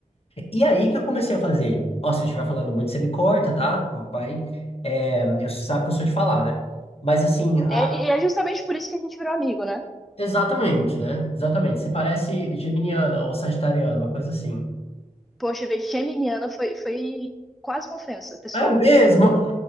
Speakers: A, on the left; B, in the centre.
A: E aí que eu comecei a fazer. Ó, se eu estiver falando muito, você me corta, tá? Vai. É, eu sabe que eu sou de falar, né? Mas assim, a-
B: É, e é justamente por isso que a gente virou amigo, né?
A: exatamente, né? Exatamente. Você parece geminiana ou sagitariana, uma coisa assim.
B: Poxa, ver geminiana foi, foi quase uma ofensa, pessoal.
A: É mesmo? <laughs>